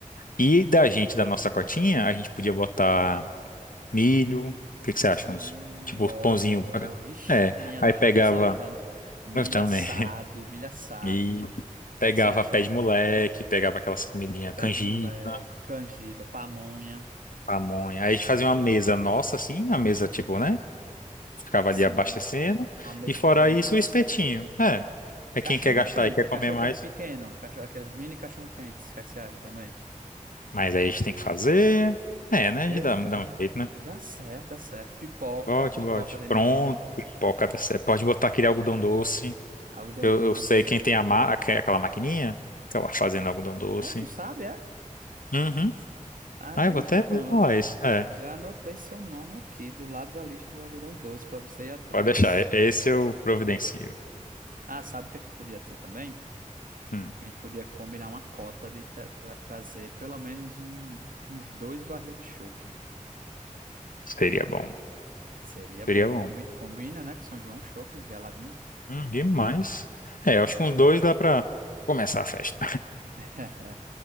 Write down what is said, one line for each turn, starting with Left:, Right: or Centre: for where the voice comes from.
Left: E da gente, da nossa cotinha, a gente podia botar milho. O que que você acha?
Right: Hum,
Left: Uns, tipo,
Right: gosto,
Left: pãozinho.
Right: gosto.
Left: pra-
Right: Ixi,
Left: É.
Right: minha nossa,
Left: Aí pegava.
Right: já tô salivando. Milho
Left: Eu também.
Right: assado,
Left: <laughs>
Right: milho assado.
Left: E
Right: O
Left: pegava
Right: que é que você acha?
Left: pé de moleque, pegava aquelas comidinhas
Right: Pé
Left: canjica,
Right: de moleque, canjica, pamonha.
Left: pamonha. Aí a gente fazia uma mesa nossa, assim, a mesa, tipo, né? Ficava
Right: Sim,
Left: ali abastecendo.
Right: uma mesa
Left: E fora
Right: de comidas.
Left: isso, o espetinho. É. Aí
Right: Cachorro
Left: quem quer gastar
Right: quente,
Left: e quer
Right: cachorro
Left: comer mais.
Right: quente pequeno, cachorro, aqueles mini cachorro quentes, o que é que você acha também?
Left: Mas aí a gente tem que fazer. É, né?
Right: Cadê?
Left: A gente dá,
Right: É,
Left: dá um jeito, né?
Right: dá certo, dá certo. Pipoca,
Left: Bote,
Right: pipoca
Left: bote.
Right: de
Left: Pronto,
Right: milho,
Left: pipoca da Sé. Pode botar aquele algodão doce.
Right: algodão
Left: Eu,
Right: doce.
Left: eu sei quem tem a ma... que- aquela maquininha, aquela fazendo algodão doce.
Right: Aí tu sabe, é?
Left: Uhum.
Right: Aí
Left: Ah, eu vou até.
Right: pronto.
Left: Ó, isso. É.
Right: Já anotei seu nome aqui do lado da lista do algodão doce para você ir atrás.
Left: Pode deixar. E- Esse eu providencio.
Right: Ah, sabe o que é que podia ter também?
Left: Hum,
Right: A gente podia combinar uma cota de tra- tra- trazer pelo menos um- uns dois barril de chopp.
Left: seria bom.
Right: Seria
Left: Seria
Right: bom, e
Left: bom.
Right: combi- combina, né? Que São João, chopp, geladinho.
Left: Hum, demais. É, eu acho que com dois dá pra começar a festa.
Right: <laughs>